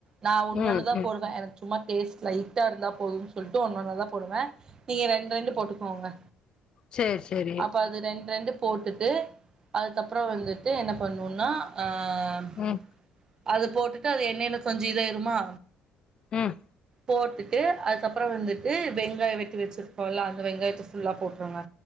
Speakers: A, on the right (about 35°); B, on the left (about 45°).
A: நா ஒன்னொன்னு
B: ம்
A: தா
B: ம்
A: போடுவே எனக்கு சும்மா கேஸ் லைட்டா இருந்தால் போதுன்னு சொல்லிட்டு ஒன்னு ஒன்னாதா போடுவேன் நீங்க ரெண்டு ரெண்டு போட்டுக்கோங்க
B: சேர் செரி
A: அப்ப அது ரெண்டு ரெண்டு போட்டுட்டு அதுக்கப்புறம் வந்து என்ன பண்ணுன்னா அ அம்
B: ம்
A: அது போட்டுட்டு அது எண்ணெய்யில கொஞ்சம் இதாயிறுமா
B: ம்
A: போட்டுட்டு அதுக்கப்பறம் வந்துட்டு வெங்காயம் வெட்டி வச்சிருக்கோல்ல அந்த வெங்காயத்த ஃபுல்லா போட்டுருங்க